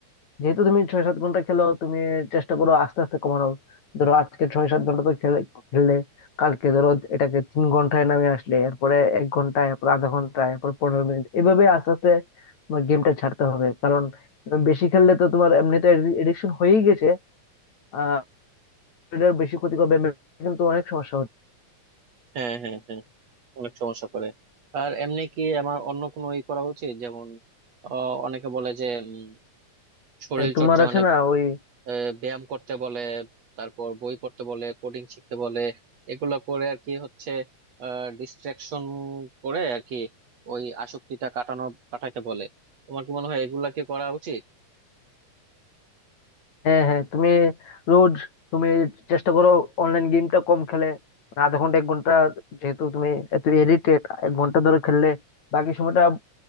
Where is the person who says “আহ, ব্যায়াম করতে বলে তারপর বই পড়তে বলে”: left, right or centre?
Right